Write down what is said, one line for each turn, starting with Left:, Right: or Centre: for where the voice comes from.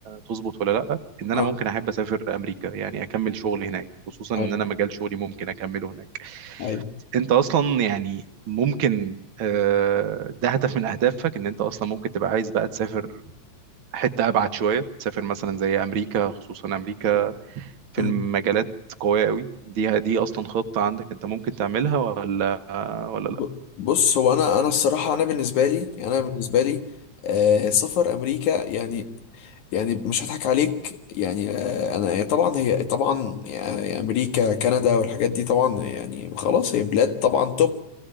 Right: تظبط ولا لا ان انا
Left: اه
Right: ممكن احب اسافر امريكا يعني اكمل شغل هناك خصوصا ان
Left: ايوه
Right: انا مجال شغلي ممكن اكمله هناك
Left: ايوه
Right: انت اصلا يعني ممكن آه، ده هدف من اهدافك ان انت اصلا ممكن تبقى عايز بقى تسافر حتة ابعد شوية تسافر مثلا زي امريكا خصوصا امريكا في
Left: أمم.
Right: المجالات قوية قوي دي دي أصلا خطة عندك أنت ممكن تعملها ولا ولا
Left: ب-
Right: لأ
Left: بص هو انا انا الصراحه انا بالنسبه لي انا بالنسبه لي آه سفر امريكا يعني يعني مش هضحك عليك يعني آه انا طبعا هي طبعا يعني امريكا كندا والحاجات دي طبعا يعني خلاص هي بلاد طبعا توب